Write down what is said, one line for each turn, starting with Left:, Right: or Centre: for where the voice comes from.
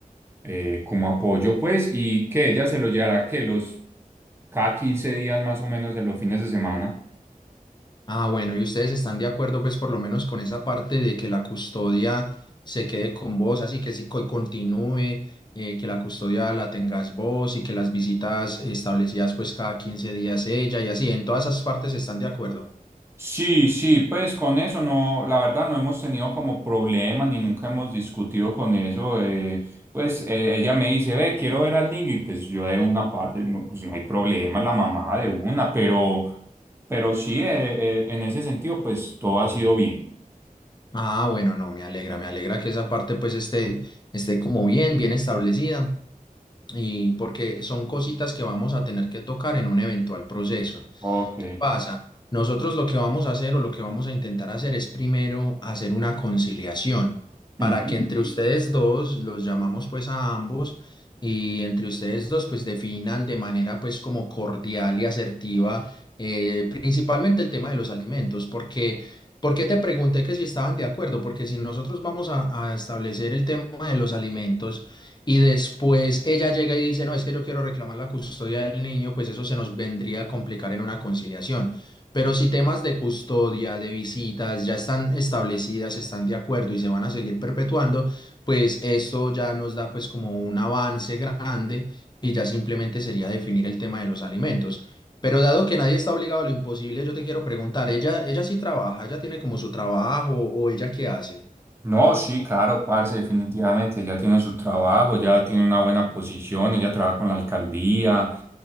Right: eh, como apoyo, pues, y que ella se lo llevará que los cada 15 días más o menos en los fines de semana.
Left: Ah, bueno, ¿y ustedes están de acuerdo, pues, por lo menos con esa parte de que la custodia se quede con vos, así que sí, co- continúe, eh, que la custodia la tengas vos y que las visitas establecidas, pues, cada 15 días ella y así, en todas esas partes están de acuerdo?
Right: Sí, sí, pues con eso no, la verdad no hemos tenido como problemas ni nunca hemos discutido con eso. eh, pues eh, ella me dice, ve, quiero ver al niño y pues yo de una parte, no, pues no hay problema, la mamá de una, pero, pero sí, eh, eh, en ese sentido pues todo ha sido bien.
Left: Ah, bueno, no, me alegra, me alegra que esa parte, pues, esté, esté como bien, bien establecida y porque son cositas que vamos a tener que tocar en un eventual proceso.
Right: Ok.
Left: ¿Qué pasa? Nosotros lo que vamos a hacer o lo que vamos a intentar hacer es primero hacer una conciliación para
Right: Ujú.
Left: que entre ustedes dos los llamamos pues a ambos y entre ustedes dos pues definan de manera pues como cordial y asertiva eh, principalmente el tema de los alimentos porque ¿por qué te pregunté que si estaban de acuerdo? Porque si nosotros vamos a a establecer el tema de los alimentos y después ella llega y dice, no, es que yo quiero reclamar la custodia del niño, pues eso se nos vendría a complicar en una conciliación. Pero si temas de custodia, de visitas, ya están establecidas, están de acuerdo y se van a seguir perpetuando, pues esto ya nos da pues como un avance grande y ya simplemente sería definir el tema de los alimentos. Pero dado que nadie está obligado a lo imposible, yo te quiero preguntar, ¿ella, ella sí trabaja? ¿Ella tiene como su trabajo o ella qué hace?
Right: No, sí, claro, parce, definitivamente, ella tiene su trabajo, ya tiene una buena posición, ella trabaja con la alcaldía,